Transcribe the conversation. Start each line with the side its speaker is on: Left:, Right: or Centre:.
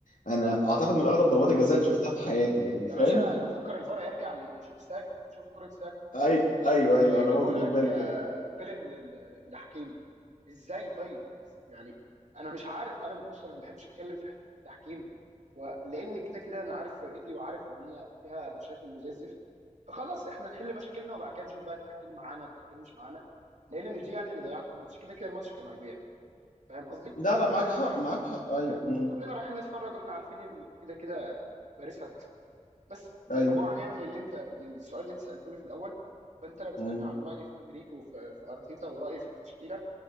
Left: انا اعتقد من اغرب ضربات الجزاء اللي شفتها في حياتي يعني
Right: يا
Left: فاهم
Right: باشا انا مفكر الفار هيرجع لي- يشوف ساكا يشوف كره ساكا
Left: اي ايوه ايوه
Right: لقيته
Left: انا برضو
Right: بيقول
Left: جه
Right: لك
Left: في بالي
Right: آه،
Left: كده
Right: بيلن لل- لحكيم ازاي طيب إز- يعني انا مش عارف انا بص انا ما بحبش اتكلم في حته التحكيم ولان كده كده انا عارف فرقتي وعارف ان هي فيها مشاكل وزي الزفت فخلاص احنا نحل مشاكلنا وبعد كده نشوف بقى التحكيم معانا التحكيم مش معانا لان مش دي يعني اللي ضيعت الماتش كده كده الماتش كان هيضيع فاهم قصدي
Left: لا لا معاك
Right: انا
Left: حق
Right: رايح
Left: معاك حق ايوه
Right: رايح-
Left: مم.
Right: كلنا رايحين نتفرج واحنا عارفين ان كده كده باريس هتكسب بس
Left: ايوه
Right: رجوعا يعني للي انت للسؤال اللي انت سالته لي في الاول فانت لو بتسالني
Left: مم.
Right: عن رايي في انريكي وفي في ارتيتا ورايي في التشكيله